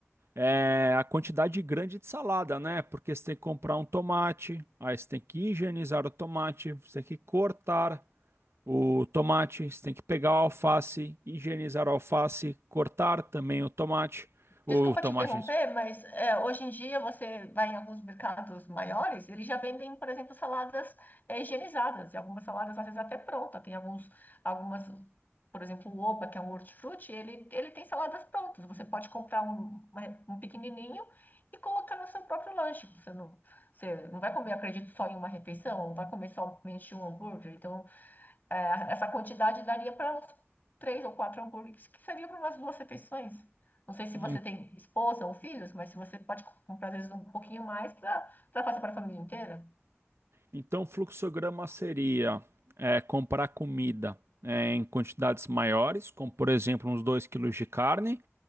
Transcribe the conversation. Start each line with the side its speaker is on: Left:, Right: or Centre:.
Right: é, a quantidade grande de salada, né? Porque você tem que comprar um tomate, aí você tem que higienizar o tomate, você tem que cortar o tomate, você tem que pegar o alface, higienizar o alface, cortar também o tomate, o
Left: Desculpa
Right: tomate.
Left: te interromper, mas é, hoje em dia você vai em alguns mercados maiores, eles já vendem, por exemplo, saladas é, higienizadas, e algumas saladas às vezes até pronta. Tem alguns, algumas, por exemplo, o Oba, que é um hortifruti, ele, ele tem saladas prontas. Você pode comprar um, uma- um pequenininho e colocar no seu próprio lanche. Você não, você não vai comer, acredito, só em uma refeição, não vai comer somente um hambúrguer. Então, é, essa quantidade daria para uns três ou quatro hambúrgueres, que seria para umas duas refeições. Não sei se
Right: Em-
Left: você tem esposa ou filhos, mas se você pode comprar, às vezes, um pouquinho mais para fazer para a família inteira.
Right: Então, o fluxograma seria é, comprar comida é, em quantidades maiores, como por exemplo uns dois quilos de carne,